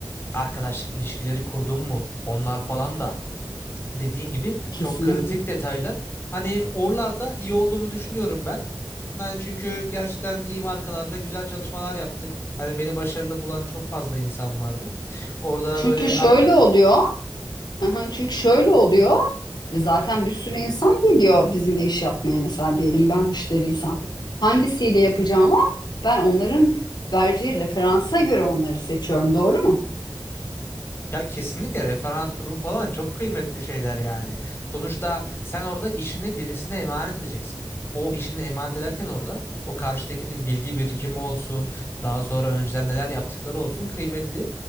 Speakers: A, on the left; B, on the left.
A: arkadaşlık ilişkileri kurdun mu? Onlar falan da dediğin gibi
B: Kesinlikle.
A: çok kritik detaylar. Hani oralarda iyi olduğumu düşünüyorum ben. Yani çünkü gerçekten iyi markalarla güzel çalışmalar yaptık. Hani beni başarılı bulan çok fazla insan vardı. Orada
B: Çünkü
A: böyle
B: şöyle
A: arka
B: oluyor. Hı hı, Çünkü şöyle oluyor. E Zaten bir sürü insan geliyor bizimle iş yapmaya. Mesela diyelim ben müşteriysem. Hangisiyle yapacağımı ben onların vereceği referansa göre onları seçiyorum. Doğru mu?
A: Ya kesinlikle referans durum falan çok kıymetli şeyler yani. Sonuçta sen orada işini birisine emanet edeceksin. O işini emanet ederken orada o karşıdakinin bilgi birikimi olsun, daha sonra önceden neler yaptıkları olsun kıymetli.